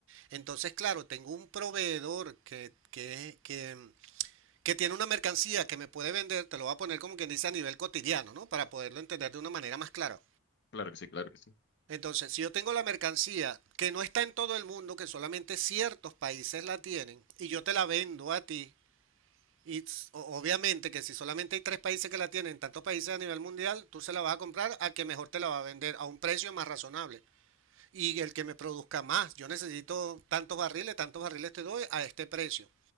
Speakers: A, on the right; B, on the left.
A: Entonces, claro, tengo un proveedor que, que, que, que tiene una mercancía que me puede vender, te lo voy a poner como quien dice a nivel cotidiano, ¿no? Para poderlo entender de una manera más clara.
B: Claro que sí, claro que sí.
A: Entonces, si yo tengo la mercancía que no está en todo el mundo, que solamente ciertos países la tienen, y yo te la vendo a ti, y obviamente que si solamente hay tres países que la tienen, tantos países a nivel mundial, tú se la vas a comprar a que mejor te la va a vender a un precio más razonable. Y el que me produzca más, yo necesito tantos barriles, tantos barriles te doy a este precio.